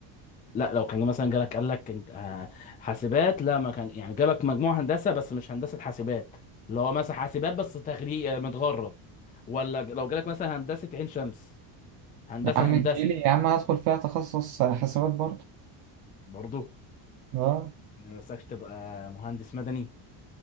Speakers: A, on the left; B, on the right.
A: لا لو كان مثلا جالك قال لك انت آه، حاسبات لا ما كان يعني جابك مجموع هندسه بس مش هندسه حاسبات اللي هو مثلا حاسبات بس تغريق آه، متغرب ولا ج- لو جالك مثلا هندسه عين شمس هندسه
B: يا عم
A: هندسه
B: تجيلي يا عم هدخل فيها تخصص حسابات برضه
A: برضه
B: اه
A: يعني ما نفسكش تبقى مهندس مدني